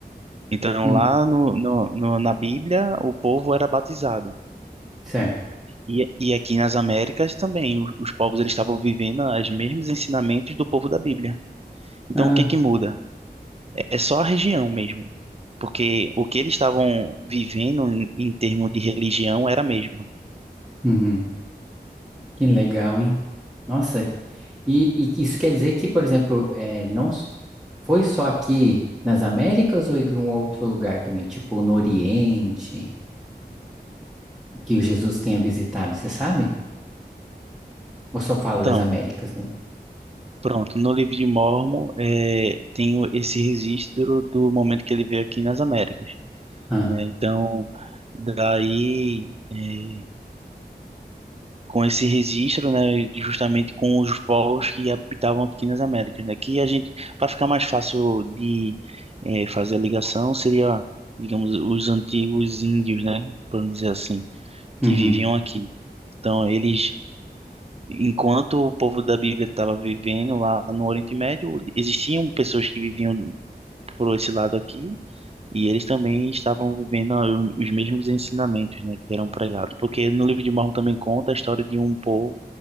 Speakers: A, on the right; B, in the centre.
A: Então,
B: hum,
A: lá no, no, no- na Bíblia, o povo era batizado.
B: certo.
A: E, e aqui nas Américas também, os, os povos eles estavam vivendo os mesmos ensinamentos do povo da Bíblia. Então,
B: Ah,
A: o que que muda? É só a região mesmo, porque o que eles estavam vivendo em, em termos de religião era a mesma.
B: uhum. Que legal, hein? Nossa, e, e isso quer dizer que, por exemplo, é, não s- foi só aqui nas Américas ou em algum outro lugar também, tipo no Oriente, que o Jesus tenha visitado, você sabe? Ou só fala
A: Então,
B: das Américas, não?
A: pronto, no livro de Mormon é, tem o- esse registro do momento que ele veio aqui nas Américas,
B: Ah,
A: né? Então, daí, é, com esse registro, né, justamente com os povos que habitavam aqui nas Américas, né? Que a gente, para ficar mais fácil de é, fazer a ligação, seria, digamos, os antigos índios, né? Podemos dizer assim.
B: uhum.
A: que viviam aqui. Então, eles, enquanto o povo da Bíblia estava vivendo lá no Oriente Médio, existiam pessoas que viviam por esse lado aqui, e eles também estavam vivendo a- os mesmos ensinamentos, né, que eram pregados. Porque no livro de Mormon também conta a história de um povo,